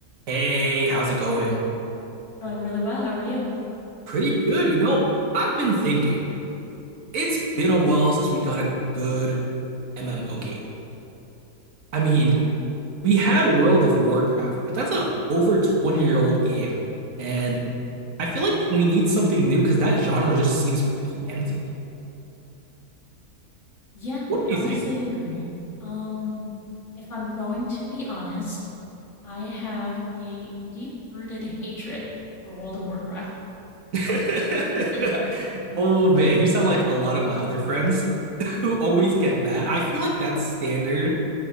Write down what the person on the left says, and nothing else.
Going really well. How are you?
Yeah,
I
honestly
agree. Um, if I'm going to be honest, I have a deep-rooted hatred for World of Warcraft.
<laughs>